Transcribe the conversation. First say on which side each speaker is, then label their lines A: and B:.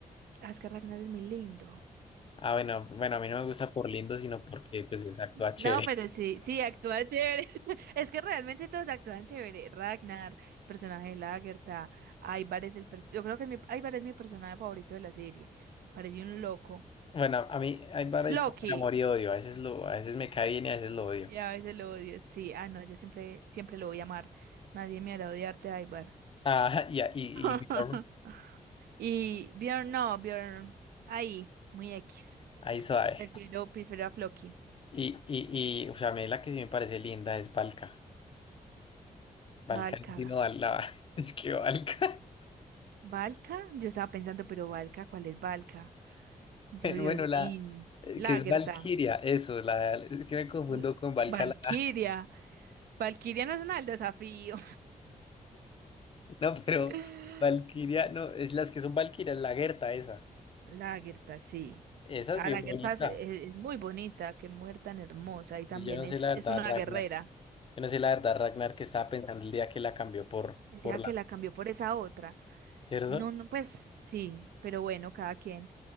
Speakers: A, on the right; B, on the left.
A: Ah, es que Ragnar es muy lindo.
B: Ah, bueno, bueno, a mí no me gusta por lindo, sino porque pues es actúa chévere.
A: No, pero
B: <laughs>
A: sí, sí, actúa chévere. <laughs> Es que realmente todos actúan chévere. Ragnar, personaje de Lagertha, Ivar es el... per- Yo creo que es mi... Ivar es mi personaje favorito de la serie. Parece un loco.
B: Bueno, a mí hay varias
A: Loki,
B: como que amor y odio, a veces lo, a veces me cae bien y a veces lo odio.
A: y a veces lo odio. Sí, ah, no, yo siempre, siempre lo voy a amar. Nadie me hará odiarte, Ivar.
B: Ah, y, a- y,
A: <laughs>
B: y Bjorn,
A: Y Bjorn, no, Bjorn, ahí, muy X.
B: ahí suave.
A: Prefiero, prefiero a Floki.
B: Y, y, y, o sea, a mí la que sí me parece linda es Valka. Valka,
A: Valka.
B: no, sino Val- la, <laughs> es que Valka.
A: ¿Valka? Yo estaba pensando, pero Valka, ¿cuál es Valka?
B: <laughs>
A: Yo, Dios
B: Bueno, la
A: mío.
B: eh,
A: Lagertha.
B: que es Valkyria, eso, la es que me confundo
A: L-
B: con Valhalla.
A: Valkyria.
B: <laughs>
A: Valkyria no es una del desafío.
B: No, pero
A: <laughs>
B: Valkyria, no, es las que son Valkyrias, la Gerta esa.
A: Lagertha, sí.
B: Esa
A: Ah,
B: es bien
A: Lagertha
B: bonita.
A: es, es- es muy bonita, qué mujer tan hermosa. Y también
B: Y Yo no sé
A: es,
B: la verdad,
A: es una
B: Ragnar.
A: guerrera.
B: Yo no sé la verdad, Ragnar, que estaba pensando el día que la cambió por,
A: El
B: por
A: día
B: la,
A: que la cambió por esa otra.
B: ¿cierto?
A: No, no, pues sí, pero bueno, cada quien.